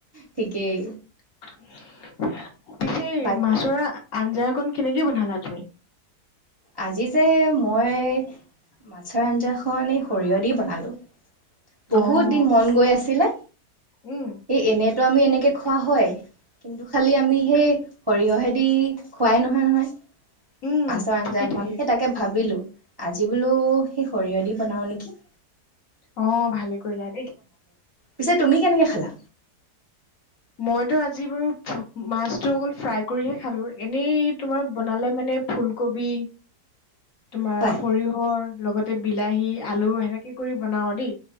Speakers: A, on the right; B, on the left.
A: ঠিকেই।
B: <unintelligible> পিছে
A: বা
B: মাছৰ আঞ্জাকন কেনেকে বনালা তুমি?
A: আজি যে, মই মাছৰ আঞ্জাকণ এই সৰিয়হ দি বনালো। বহুত
B: অ',
A: দিন মন গৈ আছিলে,
B: উম।
A: এই এনে তেওঁ, আমি এনেকে খোৱা হয়। কিন্তু, খালি আমি সেই সৰিয়হেদি খুৱাই নহয় নহয়।
B: উম,
A: আচাৰ
B: ঠিকে
A: আঞ্জাখন
B: ঠিকে।
A: হে তাকে ভাবিলো। আজি বোলো, সেই সৰীয়হ দি বনাও নিকি।
B: অ', ভালেই কৰিলা দেই।
A: পিছে তুমি কেনেকে খালা?
B: মইতো আজি বাৰু, মাছটো অকল ফ্ৰাই কৰি হে খালো। এনেই তোমাৰ বনালে মানে ফুলকবি তোমাৰ,
A: হয়।
B: সৰিয়হৰ লগতে বিলাহী, আলু সেনেকে কৰি বনাও দেই।